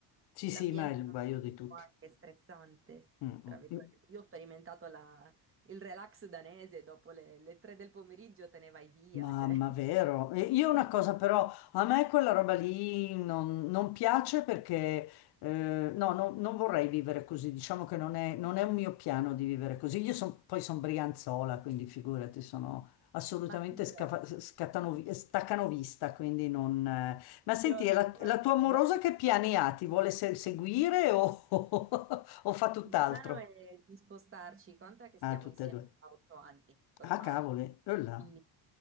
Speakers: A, on the left; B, on the right.
A: Sì,
B: l'ambiente
A: sì, ma è
B: è
A: il guaio di tutti.
B: anche stressante,
A: Mm,
B: tra
A: mm,
B: virgolette.
A: mm.
B: Io ho sperimentato la il relax danese dopo le, le tre del pomeriggio te ne vai via,
A: Mamma,
B: cioè.
A: vero. E Io una
B: <laughs>
A: cosa però, a me quella roba lì non, non piace perché eh, no, no- non vorrei vivere così, diciamo che non è, non è un mio piano di vivere così. Io son- poi sono brianzola, quindi figurati, sono assolutamente
B: Ma ti dirò,
A: scafa- scattanovi-
B: ti
A: staccanovista, quindi non... eh. Ma senti,
B: dirò, lo
A: e la,
B: so
A: la
B: anch'io.
A: tua amorosa che piani ha? Ti vuole se- seguire o, <laughs> o fa tutt'altro?
B: Il piano è di spostarci, conta che stiamo
A: Ah, tutte
B: insieme
A: e due.
B: da otto anni ormai,
A: Ah, cavoli. Eh là.
B: quindi